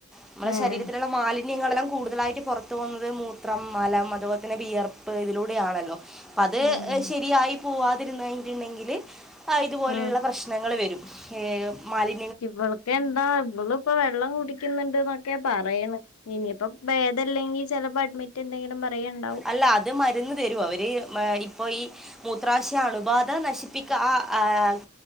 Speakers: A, in the centre; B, on the left.
A: നമ്മുടെ
B: ഏഹ്
A: ശരീരത്തിലുള്ള മാലി ന്യങ്ങളെല്ലാം കൂടുതലായിട്ട് പുറത്തു പോന്നത് മൂത്രം, മലം, അതുപോലെ തന്നെ വിയർപ്പ് ഇതിലൂടെ ആണല്ലോ അപ്പ അത്
B: ആഹ്
A: ശരിയായി പോവാതിരന്ന് കഴിഞ്ഞിട്ടുണ്ടെങ്കില് ആ ഇതുപോലെഉള്ള
B: ആഹ്
A: പ്രശ്നങ്ങൾ വരും ഏ മാലി
B: ഇവൾക്കെന്താ ഇവള ഇപ്പൊ വെള്ളം കുടിക്കുന്നുണ്ട്ന്നൊക്കെയ പറയന്ന് ഇനിപ്പോ ഭേദല്ലെങ്കി ചിലപ്പോ അഡ്മിറ്റ് എന്തെങ്കിലും പറയണ്ടാവും
A: അല്ല അത് മരുന്ന് തരും അവര് മാ ഇപ്പോ ഈ മൂത്രാശയ അണുബാധ നശിപ്പിക്ക ആഹ് ആഹ്